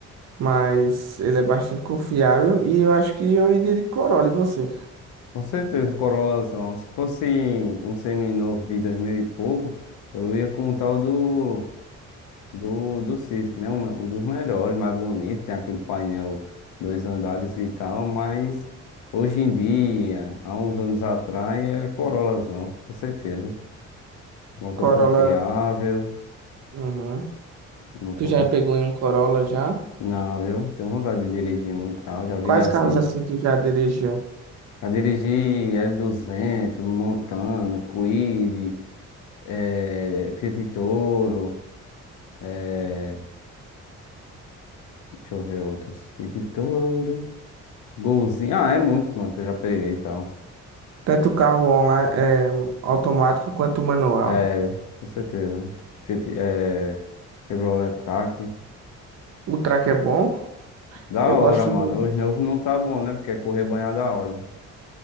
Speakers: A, on the right (about 60°); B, on the left (about 80°).
A: mas ele é bastante confiável e eu acho que eu iria de Corolla, e você?
B: Com certeza, o Corolazão. Se fosse um seminovo de 2000 e pouco, eu ia com o tal do, do, do Civic, né? Um, um dos melhores, mais bonito. Tem aquele painel dois andares e tal, mas hoje em dia, há uns anos atrás, é Corolazão, com certeza. Motor
A: Corolla,
B: confiável,
A: uhum.
B: motor
A: Tu já
B: confiável.
A: pegou em um Corolla já?
B: Não, eu tenho vontade de dirigir um carro, já vi
A: Quais
B: assim.
A: carros assim tu já dirigiu?
B: Já dirigi l duzentos Montana, Kwid, eh, Fiat Toro, eh, deixa eu ver outros. Fiat Toro, Golzinho, ah, é muito, mano, que eu já peguei e tal.
A: Tanto carro online, é, automático quanto manual.
B: É, com certeza. Fiat, eh, Chevrolet Track.
A: O Track é bom,
B: Da
A: eu
B: hora,
A: gosto
B: mano.
A: do,
B: Os novos não tá bom, né? Porque é correr banhado a óleo.